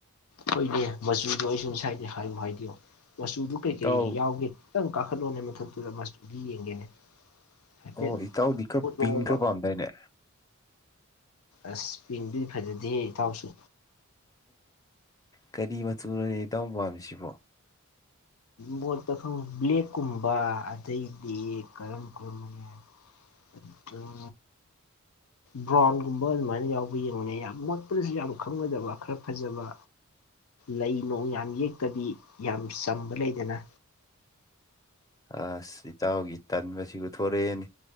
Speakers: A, on the left; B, on the left.
A: ꯑꯣꯏꯅꯦ ꯃꯆꯨꯗꯣ ꯑꯩ ꯁꯨ ꯉꯥꯁꯥꯏꯗꯦ ꯍꯥꯏꯌꯨ ꯍꯥꯏꯗꯌꯣ ꯃꯆꯨꯗ ꯀꯩꯀꯩ
B: ꯏꯇꯥꯎ
A: ꯌꯥꯎꯒꯦ ꯍꯥꯢꯄꯦꯠ ꯇꯪ ꯀꯈꯠꯂꯛ ꯑꯣꯅꯦ ꯃꯊꯛꯇꯨꯗ ꯃꯁꯨꯗꯨ ꯌꯦꯡꯒꯦꯅꯦ ꯍꯥꯏꯐꯦꯠ
B: ꯑꯣ ꯏꯇꯥꯎꯗꯤ ꯈꯔ
A: ꯎꯠꯂꯛꯑꯣꯕ
B: ꯄꯤꯡ ꯈꯔ ꯄꯥꯝꯗꯥꯏꯅꯦ
A: ꯑꯁ ꯄꯤꯡꯗꯨꯗꯤ ꯐꯖꯗꯦꯍꯦ ꯏꯇꯥꯎꯁꯨ
B: ꯀꯔꯤ ꯃꯆꯨꯅꯣꯅꯦ ꯏꯇꯥꯎ ꯄꯥꯝꯃꯤꯁꯤꯕꯣ
A: ꯃꯣꯠꯇ ꯈꯪꯉ ꯕ꯭ꯂꯦꯛꯀꯨꯝꯕ ꯑꯗꯩꯗꯤ ꯀꯔꯝ ꯀꯔꯝꯕ ꯌꯥꯏ ꯑꯗꯨꯝ ꯕ꯭ꯔꯥꯎꯟꯒꯨꯝꯕ ꯑꯗꯨꯃꯥꯏꯅ ꯌꯥꯎꯕ ꯌꯦꯡꯕꯅꯦ ꯌꯥꯝ ꯃꯣꯠꯄꯗꯁꯨ ꯌꯥꯝ ꯈꯪꯉꯣꯢꯗꯕ ꯈꯔ ꯐꯖꯕ ꯂꯩ ꯅꯣꯡ ꯌꯥꯝ ꯌꯦꯛꯇꯕꯤ ꯌꯥꯝ ꯆꯝꯕ ꯂꯩꯗꯅ
B: ꯑꯁ ꯏꯇꯥꯎꯒꯤ ꯇꯟꯕꯁꯤ ꯎꯊꯣꯔꯛꯑꯦꯅꯦ